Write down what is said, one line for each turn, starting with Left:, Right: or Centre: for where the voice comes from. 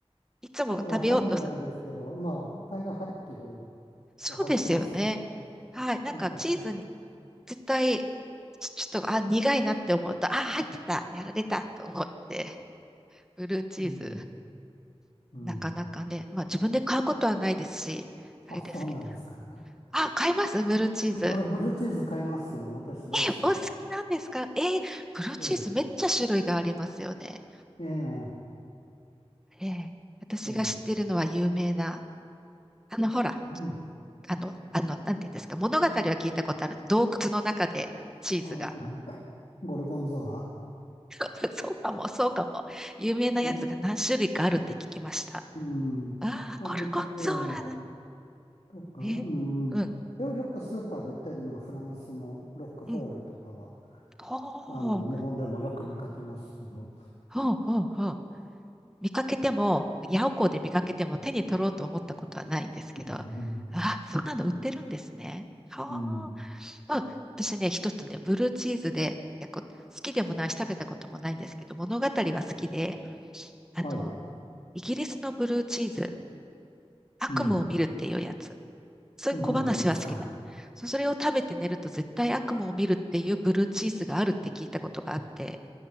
Centre: いつも食べようとする。
Left: まあ、わかんないですけど、まあ、大概入ってる
Centre: そうですよね。
Left: は入ってますよね。
Centre: はい。なんか、
Left: なんかき、
Centre: チーズに
Left: ええ
Centre: 絶対、ちちょっと、あ、苦いなって思うと、あ、入ってた、やられたと思って、ブルーチーズ、
Left: うん、うん。
Centre: なかなかね、まあ自分で買うことはないですし、あれですけど。
Left: あ、そうなんですか。<laughs>
Centre: あ、買いますブルーチーズ。
Left: これブル、ブルーチーズ買いますよ。私大好きです。
Centre: え、お好きなんですかえ、ブルーチーズめっちゃ種類がありますよね。
Left: うんええ、
Centre: ええ、私が知ってるのは有名な、
Left: ええ、
Centre: あの、ほら、
Left: うん、
Centre: あの、あの、なんていうんですか、物語は聞いたことある。
Left: うん、
Centre: 洞窟の中でチーズが。
Left: あ、まゴルゴンゾーラ
Centre: <laughs> そうかも、そうかも。有名なやつが何種類かあるって聞きました。
Left: え、うん、
Centre: ああ、
Left: あの、
Centre: ゴルゴンゾーラだ。
Left: いた、ええ、とか、
Centre: え、
Left: うん、
Centre: うん、
Left: よ、よくスーパーで売ってるのはフランスのロックフォールとかは、
Centre: うん。ほう、
Left: あの、日本でもよく見かけますけど、
Centre: ほう、ほう、ほう。見かけても、ヤオコーで見かけても手に取ろうと思ったことはないんですけど、
Left: うん、
Centre: ああ、そんなの売ってるんですね。はあ。
Left: うん、うん
Centre: まあ、私ね、一つね、ブルーチーズで、いやこ好きでもないし、食べたこともないんですけど、物語は好きで、あの、
Left: はい、
Centre: イギリスのブルーチーズ、悪夢を見るっていうやつ。
Left: うん、
Centre: そういう小話は好きなのそそれを食べて寝ると絶対悪夢を見るっていうブルーチーズがあるって聞いたことがあって、
Left: そんなのあるんですか。